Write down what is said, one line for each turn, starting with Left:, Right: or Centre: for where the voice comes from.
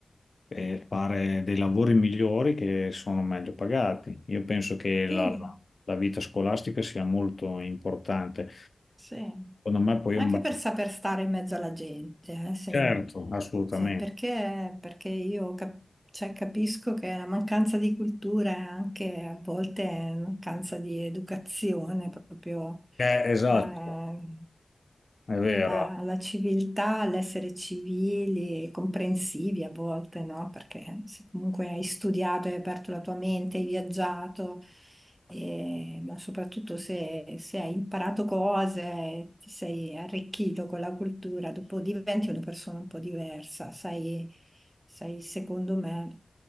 Left: eh, fare dei lavori migliori che sono meglio pagati. Io penso che
Right: sì.
Left: la, la vita scolastica sia molto importante.
Right: Sì.
Left: Secondo me poi
Right: Anche
Left: è un bel...
Right: per saper stare in mezzo alla gente, eh, se-
Left: Certo, assolutamente.
Right: se- perché, perché io cap- cioè, capisco che la mancanza di cultura è anche a volte è mancanza di educazione, proprio
Left: Eh, esatto,
Right: eh,
Left: è vero.
Right: alla, alla civiltà, all'essere civili, e comprensivi a volte, no? Perché se comunque hai studiato, hai aperto la tua mente, hai viaggiato. E- ma soprattutto se, se hai imparato cose, ti sei arricchito con la cultura, dopo diventi una persona un po' diversa, sai, sai, secondo me,